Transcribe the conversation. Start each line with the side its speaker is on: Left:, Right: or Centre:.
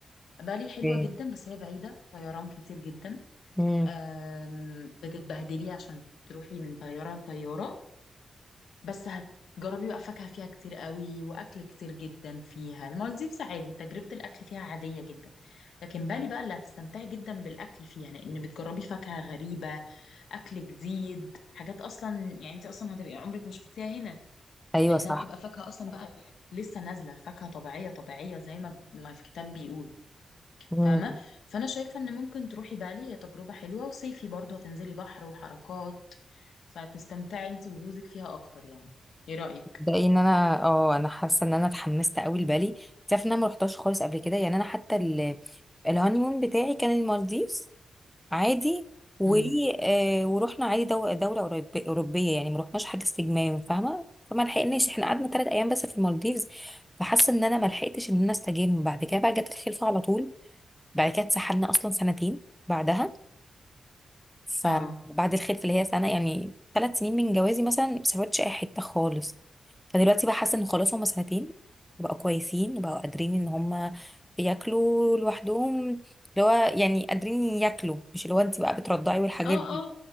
Left: بالي حلوة
Centre: اوكي.
Left: جدا بس هي بعيدة طيران كتير جدا
Centre: امم
Left: آم، بتتبهدلي عشان تروحي من طيارة لطيارة بس هتجربي بقى فاكهة فيها كتير قوي وأكل كتير جدا فيها المالديفز عادي تجربة الأكل فيها عادية جدا لكن بالي بقى اللي هتستمتعي جدا بالأكل فيها لأن بتجربي فاكهة غريبة أكل جديد حاجات أصلا يعني أنت أصلا هتبقي عمرك ما شفتيها هنا
Centre: ايوه
Left: لأنها
Centre: صح
Left: بتبقى فاكهة أصلا بقى لسه نازلة فاكهة طبيعية طبيعية زي ما ما الكتاب بيقول
Centre: امم
Left: فاهمة فأنا شايفة إن ممكن تروحي بالي هي تجربة حلوة وصيفي برضه هتنزلي بحر وحركات فتستمتعي أنت وجوزك فيها أكتر يعني إيه رأيك؟
Centre: ده ان انا اه انا حاسه ان انا اتحمست قوي لبالي تعرف ان انا ما رحتهاش خالص قبل كده يعني انا حتى ال- الهانيمون بتاعي كان المالديفز عادي و
Left: امم
Centre: آه ورحنا عادي دو- دوله أوروب- اوروبيه يعني ما رحناش حاجه استجمام فاهمه فما لحقناش احنا قعدنا ثلاث ايام بس في المالديفز فحاسه ان انا ما لحقتش ان انا استجم بعد كده بقى جت الخلفه على طول بعد كده اتسحلنا اصلا سنتين بعدها فبعد
Left: اه
Centre: الخلفه اللي هي سنه يعني ثلاث سنين من جوازي مثلا ما سافرتش اي حته خالص فدلوقتي بقى حاسه ان خلاص هما سنتين بقوا كويسين وبقوا قادرين ان هما ياكلوا لوحدهم اللي هو يعني قادرين ياكلوا مش اللي هو انت بقى بترضعي والحاجات
Left: اه
Centre: دي
Left: اه